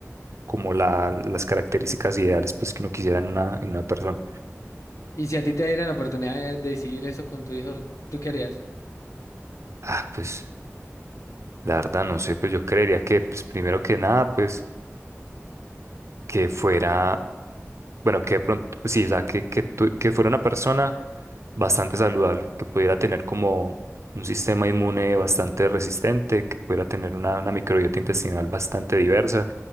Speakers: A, on the right; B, on the left.
A: como la- las características ideales pues, que uno quisiera en una, en una persona.
B: Y si a ti te dieran la oportunidad de decidir eso con tu hijo, ¿tú qué harías?
A: Ah, pues la verdad no sé, pues yo creería que, pues primero que nada, pues que fuera, bueno, que de pronto, pues, sí, o sea, que, que, tu- que fuera una persona bastante saludable, que pudiera tener como un sistema inmune bastante resistente, que pudiera tener una, una microbiota intestinal bastante diversa,